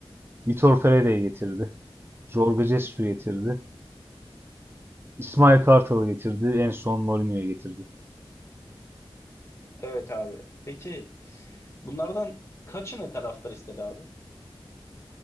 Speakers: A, on the right (about 25°); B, on the left (about 25°).
A: Vitor Pereira'yı getirdi. Jorge Jesus'u getirdi. İsmail Kartal'ı getirdi. En son Mourinho'yu getirdi.
B: Evet abi. Peki bunlardan kaçını taraftar istedi abi?